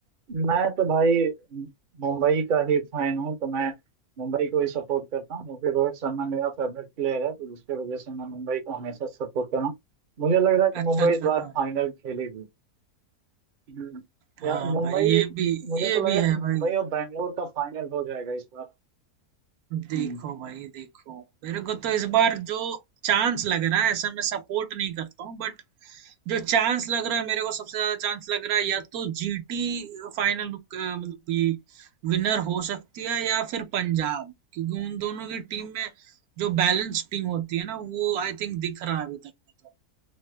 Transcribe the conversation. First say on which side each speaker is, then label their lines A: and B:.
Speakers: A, on the right (about 45°); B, on the right (about 75°).
A: मैं तो भाई मुंबई का ही फैन हूँ तो मैं मुंबई को ही सपोर्ट करता हूँ क्योंकि रोहित शर्मा मेरा फेवरेट प्लेयर है तो उसके वजह से मैं मुंबई को हमेशा सपोर्ट कर रहा हूँ मुझे लग रहा है कि
B: अच्छा
A: मुंबई
B: अच्छा
A: इस बार
B: हाँ
A: फाइनल खेलेगी हम्म,
B: हाँ
A: यार मुंबई
B: भाई ये भी
A: मुझे
B: ये
A: तो लग
B: भी
A: रहा
B: है
A: है कि मुंबई
B: भाई
A: और बैंगलोर का फाइनल हो जाएगा इस बार
B: देखो
A: हम्म,
B: भाई देखो मेरे को तो इस बार जो चांस लग रहा है ऐसा मैं सपोर्ट नहीं करता हूँ बट जो चांस लग रहा है मेरे को सबसे ज्यादा चांस लग रहा है या तो जीटी फाइनल मतलब ये विनर हो सकती है या फिर पंजाब क्योंकि उन दोनों की टीम में जो बैलेंस टीम होती है ना वो आई थिंक दिख रहा है अभी तक में तो